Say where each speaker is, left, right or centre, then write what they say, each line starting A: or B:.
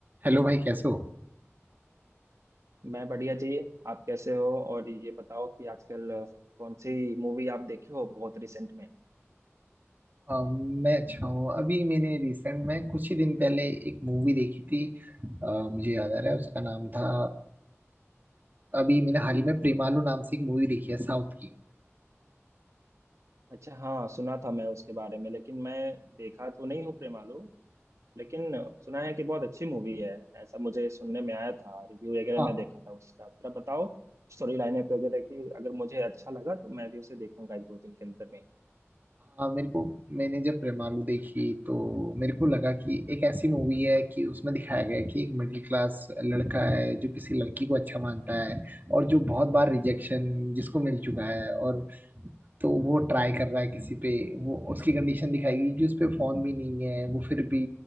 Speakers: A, on the right; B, on the right.
A: हेलो भाई कैसे हो
B: मैं बढ़िया जी आप कैसे हो और ये बताओ कि आजकल कौन सी मूवी आप देखे हो बहुत रिसेंट में
A: अ, मैं अच्छा हूँ अभी मैंने रिसेंट में कुछ ही दिन पहले एक मूवी देखी थी अ, मुझे याद आ रहा है उसका नाम था अभी मैंने हाल ही में प्रेमालू नाम से एक मूवी देखी है साउथ की
B: अच्छा हाँ सुना था मैं उसके बारे में लेकिन मैं देखा तो नहीं हूँ प्रेमालू लेकिन सुना है कि बहुत अच्छी मूवी है ऐसा मुझे सुनने में आया था रिव्यू
A: हाँ
B: वगैरह मैं देखा था उसका थोड़ा बताओ स्टोरी लाइन वगैरह की अगर मुझे अच्छा लगा तो मैं भी उसे देखूंगा एक दो दिन के अंदर में ही।
A: हाँ मेरे को मैंने जब प्रेमालू देखी तो मेरे को लगा कि एक ऐसी मूवी है कि उसमें दिखाया गया है कि एक मिडिल क्लास लड़का है जो किसी लड़की को अच्छा मानता है और जो बहुत बार रिजेक्शन जिसको मिल चुका है और तो वो ट्राई कर रहा है किसी पे वो उसकी कंडीशन दिखाएगी कि उस पे फोन भी नहीं है वो फिर भी